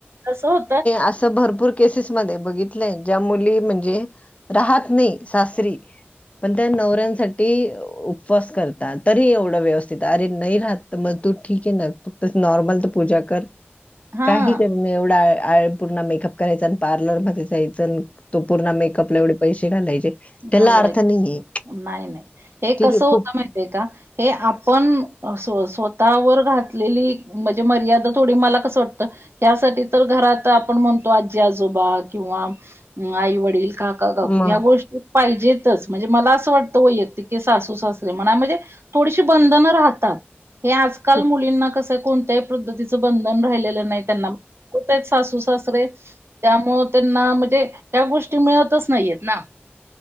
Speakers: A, on the right; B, on the left.
A: कसं होतं.
B: अस भरपूर केसेस मध्ये बघितलंय ज्या मुली म्हणजे राहात नाही. सासरी पण त्या नवऱ्यांसाठी उपवास करतात तरी एवढं व्यवस्थित अरे नाही राह तर मग तू ठीक आहे ना तस नॉर्मल तर पूजा कर
A: हां
B: काही कमी एवढा पूर्ण मेकअप करायचा आणि पार्लर मध्ये जायच तो पूर्ण मेकअपला एवढ पैसे घालायचे. त्याला
A: घालवायच
B: अर्थ नाहीये.
A: नाही नाही हे
B: ठीक
A: कसं
B: आहे
A: होत
B: खूप
A: माहितीय का हे आपण स्वतःवर घातलेली म्हणजे मर्यादा थोडी मला कसं वाटतं. यासाठी तर घरात आपण म्हणतो आजी आजोबा किंवा आई वडील काका काकू
B: मग
A: ह्या गोष्टी पाहिजेतच म्हणजे मला असं वाटतं वैयक्तिक हे सासू सासरे म्हणा म्हणजे थोडीशी बंधनं राहतात. हे आजकाल
B: खूप
A: मुलींना कसं कोणत्याही पद्धतीचं बंधन राहिलेलं नाही त्यांना कुठआहेत सासू सासरे त्यामुळ त्यांना म्हणजे त्या गोष्टी मिळतच नाहीयेत ना.